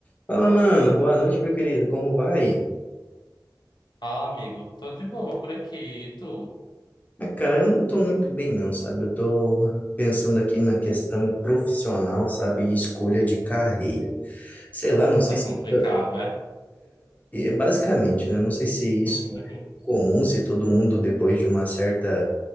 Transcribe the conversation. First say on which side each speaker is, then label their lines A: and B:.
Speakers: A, on the left (about 20°); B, on the left (about 80°).
A: Fala, mano. Boa noite, meu querido. Como vai?
B: Ah, amigo, tô de boa por aqui. E tu?
A: Ah, cara, eu não tô muito bem, não, sabe? Eu tô pensando aqui na questão profissional, sabe? E escolha de carreira. Sei lá, não sei
B: Tá
A: se
B: complicado,
A: isso...
B: é?
A: <laughs> Basicamente, né? Não sei se isso
B: <laughs>
A: é comum, se todo mundo, depois de uma certa...